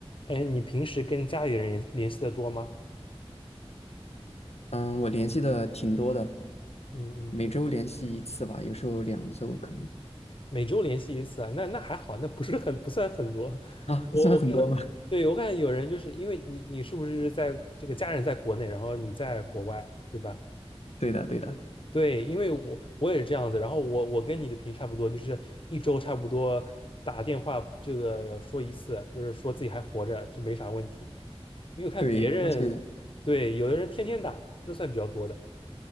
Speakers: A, on the left; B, on the left.
A: 哎，你平时跟家里人联联系的多吗？
B: 嗯，我联系的挺多的，
A: 嗯嗯，
B: 每周联系一次吧，有时候两周可能
A: 每周联系一次啊，那那还好，那不是很不算很多。<laughs>
B: 啊，
A: 我我看了，
B: 算很多吗？
A: 对，我看有人就是因为你你是不是就是在这个家人在国内，然后你在国外，对吧？
B: 对的，对的，
A: 对，因为我我也是这样子，然后我我跟你的频差不多，就是一周差不多打电话这个说一次，就是说自己还活着，就没啥问题。因为我看别人，
B: 对，而且
A: 对，有的人天天打，那算比较多的。